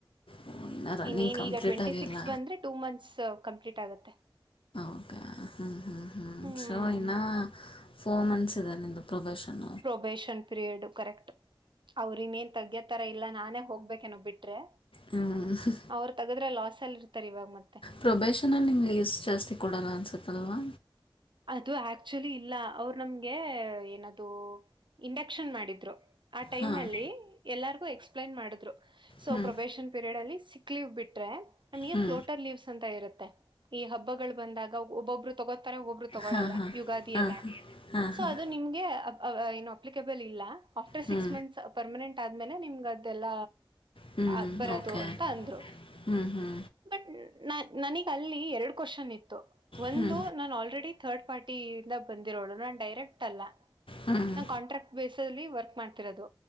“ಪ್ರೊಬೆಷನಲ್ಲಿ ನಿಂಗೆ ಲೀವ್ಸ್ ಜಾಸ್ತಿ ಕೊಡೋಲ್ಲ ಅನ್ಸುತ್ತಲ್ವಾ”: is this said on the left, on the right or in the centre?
Left